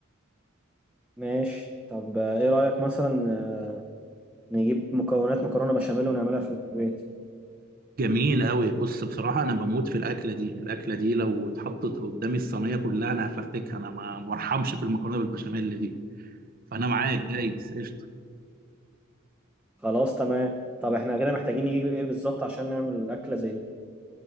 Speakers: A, in the centre; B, on the right (about 45°).
A: ماشي طب آه، ايه رايك مثلا آه، نجيب مكونات مكرونه بشاميل ونعملها في البيت
B: جميل قوي بص بصراحة انا بموت في الاكلة دي الاكلة دي لو اتحطت قدامي الصينية كلها انا هفرتكها انا ما برحمش في المكرونة بالبشاميل دي فانا معاك جايز قشطة
A: خلاص تمام طب احنا كده محتاجين نجيب ايه بالظبط عشان نعمل اكله زي دي